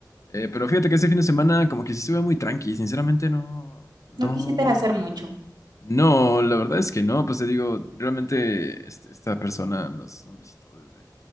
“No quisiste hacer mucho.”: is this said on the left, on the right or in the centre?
Right